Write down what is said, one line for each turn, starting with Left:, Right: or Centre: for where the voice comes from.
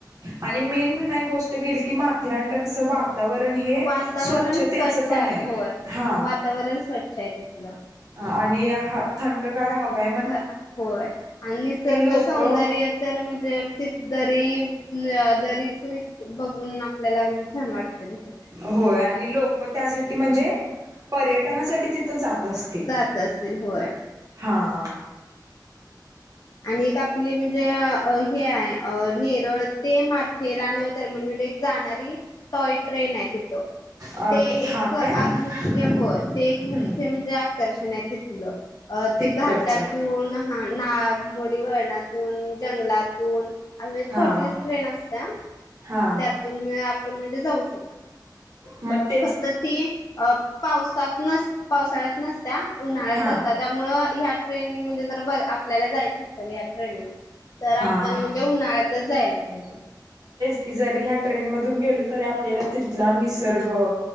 Right: आणि मेन म्हणाय गोष्ट गेली की माथेरानला कसं बह वातावरण हे
Left: वातावरण
Right: स्वच्छतेच
Left: स्वच्छ
Right: पण आहे.
Left: होय
Right: हा
Left: वातावरण स्वच्छ आहे तिथलं
Right: आणि हा थंडगार हव्या
Left: होय आणि निसर्ग
Right: लोक
Left: सौंदर्य तर म्हणजे ती दरी <unintelligible> छान वाटते तिथे
Right: होय आणि लोक त्यासाठी म्हणजे पर्यटनासाठी तिथ जात असतील
Left: जात असतील होय
Right: हां
Left: आणि एक आपली म्हणजे हे आहे अ नेरळ ते माथेरानधर्मण म्हणजे जाणारी टॉय ट्रेन आहे तिथ
Right: अ
Left: ते एक
Right: हा काय
Left: मुख्य
Right: हम्म
Left: हो ते एक मुख्य म्हणजे आकर्षण आहे तिथलं अ ते
Right: तिकडचं
Left: घाटातून हा ना मोडी वळणातून जंगलातून अवगी
Right: हा
Left: छोटीच ट्रेन असत्या
Right: हा
Left: त्यातून आपण म्हणजे जाऊ शकतो.
Right: म ते
Left: फक्त ती अ पावसात नस पावसाळ्यात नसत्या उन्हाळ्याच्या
Right: हा
Left: असत्या त्यामुळ ह्या ट्रेन म्हणजे जरा आपल्याला जायचं असेल या ट्रेन न तर
Right: हा
Left: आपण
Right: हा
Left: म्हणजे उन्हाळ्यातच जायला पाहिजे
Right: कि जरी ह्या ट्रेन मधून गेलो तरी आपल्याला तिथला निसर्ग